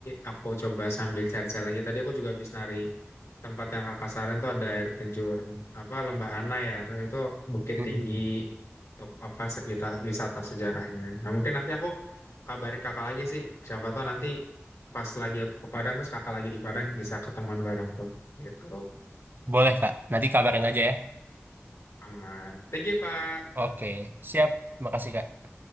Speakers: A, on the left (about 80°); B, on the right (about 45°).
A: aku coba sambil cari-cari lagi. Tadi aku juga habis nari tempat yang Kakak saran tuh ada air terjun apa Lembah Ana ya. Terus itu bukit
B: Mm-mm.
A: tinggi untuk apa se- wita- wisata sejarahnya. Nah mungkin nanti aku kabarin Kakak lagi sih. Siapa tahu nanti pas lagi aku ke Padang terus Kakak lagi di Padang bisa ketemuan bareng tuh. Gitu.
B: Boleh Kak, nanti kabarin aja ya.
A: Aman. Thank you Kak.
B: Oke, siap. Makasih Kak.